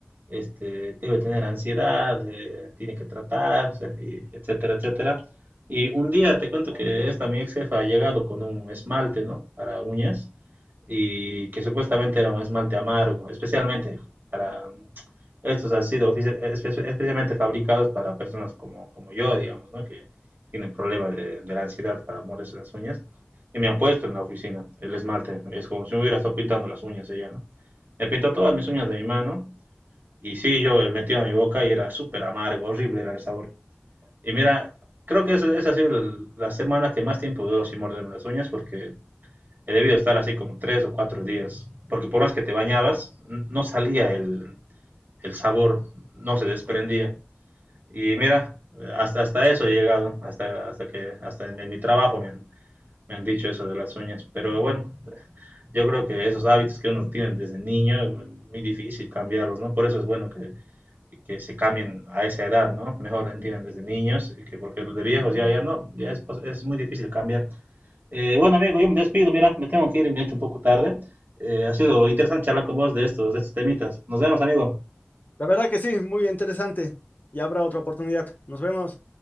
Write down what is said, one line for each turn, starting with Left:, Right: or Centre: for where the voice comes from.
Right: este, debe tener ansiedad, eh, tiene que tratarse, y etcétera, etcétera. Y un día te cuento que esta mi ex jefa ha llegado con un esmalte, ¿no? Para uñas, y que supuestamente era un esmalte amargo, especialmente para, estos han sido especialmente fabricados para personas como, como yo, digamos, ¿no? que tienen problemas de, de la ansiedad para morderse las uñas. Y me ha puesto en la oficina el esmalte. Es como si me hubiera estado pintando las uñas ella, ¿no? Me pintó todas mis uñas de mi mano. Y sí, yo me metía en mi boca y era súper amargo, horrible era el sabor. Y mira, creo que esa, esa ha sido la, semana que más tiempo duró sin morderme las uñas porque he debido estar así como tres o cuatro días. Porque por más que te bañabas, no salía el, el sabor, no se desprendía. Y mira, hasta, hasta eso he llegado, hasta, hasta que hasta en, en mi trabajo me han, me han dicho eso de las uñas. Pero bueno, yo creo que esos hábitos que uno tiene desde niño es muy difícil cambiarlos, ¿no? Por eso es bueno que, que se cambien a esa edad, ¿no? Mejor entienden desde niños, y que porque los de viejos ya, ya no, ya es, pues, es muy difícil cambiar. Eh, bueno, amigo, yo me despido, mira, me tengo que ir, me he hecho un poco tarde. Eh, ha sido interesante charlar con vos de estos, de estos temitas. Nos vemos, amigo.
Left: La verdad que sí, muy interesante. Y habrá otra oportunidad. Nos vemos.